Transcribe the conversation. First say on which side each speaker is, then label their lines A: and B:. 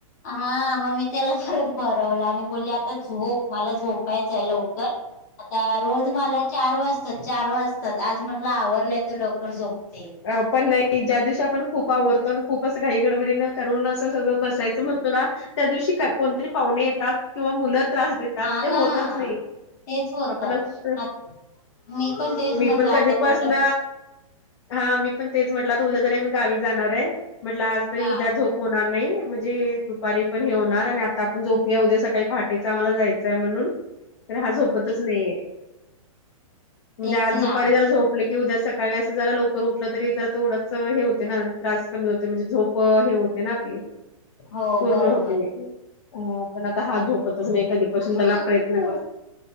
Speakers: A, on the left; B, on the left.
A: हा मग मी त्याला परत भरवलं आणि बोलली आता झोप मला झोप यच आहे लवकर आता रोज मला चार वाजतात चार वाजतात आज म्हटलं आवरलंय तर लवकर झोपते
B: अ पण नाही ज्या दिवशी आपण खूप आवडतो आणि खूपच घाई गडबडीनं ून अस सगळं बसायचं म्हणतो ना त्या दिवशी कोणतरी पाहुणे येतात किंवा मु त्रास देत त्यात
A: हा
B: ते
A: ना
B: होतच नाही
A: तेच होत
B: आपण
A: आ
B: सु
A: मी पण तेच
B: मी
A: म्हटलं
B: पण
A: आता
B: कधी
A: म्हटलं
B: पसन हा मी पण तेच म्हटलं त उद्या जरी मी गावी जाणार आहे म्हटलं आज तरी
A: हा
B: उद्या झोप होणार नाही म्हणजे दुपारी पण हे होणार आणि आता आपण झोपया उद्या सकाळी पहाटेचं आम्हाला जायचंय म्हणून तर हा झोपतच नाहीे म्हणजे
A: तेच
B: आज दुपारी
A: ना
B: जरा झोपले क उद्या सकाळी असं जरा लोक उठलं तरी जरा तो उडाच हे होते ना त्रास कमी होते म्हणजे झोप हे होते ना पूर्ण
A: हो बरोबर
B: होते पण आता हा झोप एखादीपसून त्याला प्रयत्न कर